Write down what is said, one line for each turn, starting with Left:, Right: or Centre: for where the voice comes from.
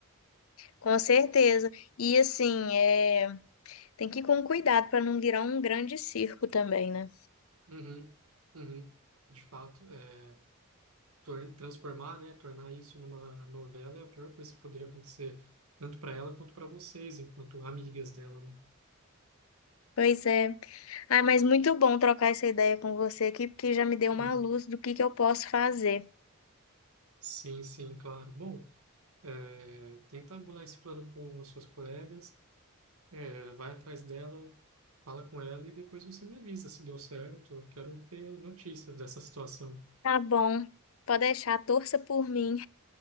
Left: Com certeza. E assim, é, tem que ir com cuidado para não virar um grande circo também, né?
Right: Uhum, uhum, de fato. é tor- transformar, né, tornar isso numa novela é a pior coisa que poderia acontecer, tanto para ela quanto para vocês, enquanto amigas dela, né?
Left: Pois é. Ah, mas muito bom trocar essa ideia com você aqui, porque já me deu
Right: Hum,
Left: uma luz do que que eu posso fazer.
Right: Sim, sim, claro. Bom, é, tenta bolar esse plano com as suas colegas, é, vai atrás dela, fala com ela e depois você me avisa se deu certo. Eu quero ter notícias dessa situação.
Left: Tá bom. Pode deixar, torça por mim.